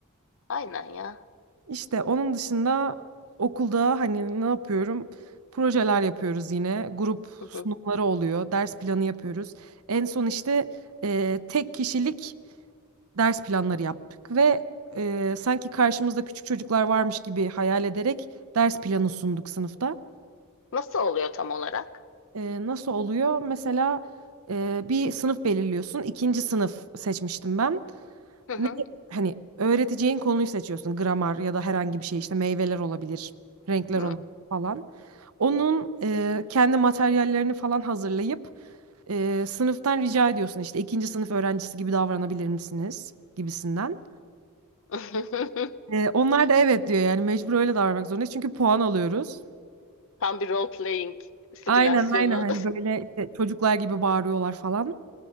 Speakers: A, on the left; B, on the right.
A: aynen ya.
B: İşte onun dışında okulda hani ne yapıyorum? Projeler yapıyoruz yine. Grup
A: Hı hı.
B: sunumları oluyor. Ders planı yapıyoruz. En son işte e, tek kişilik ders planları yaptık ve e, sanki karşımızda küçük çocuklar varmış gibi hayal ederek ders planı sunduk sınıfta.
A: Nasıl oluyor tam olarak?
B: E, nasıl oluyor? Mesela e, bir sınıf belirliyorsun. İkinci sınıf seçmiştim ben.
A: Hı hı.
B: Ne, hani öğreteceğin konuyu seçiyorsun. Gramer ya da herhangi bir şey işte meyveler olabilir, renkler
A: Hı.
B: olabilir falan. Onun e, kendi materyallerini falan hazırlayıp e, sınıftan rica ediyorsun işte ikinci sınıf öğrencisi gibi davranabilir misiniz gibisinden.
A: <laughs>
B: E, onlar da evet diyor yani mecbur öyle davranmak zorundayız çünkü puan alıyoruz.
A: Tam bir role playing simülasyonu.
B: Aynen aynen hani böyle işte çocuklar gibi bağırıyorlar falan.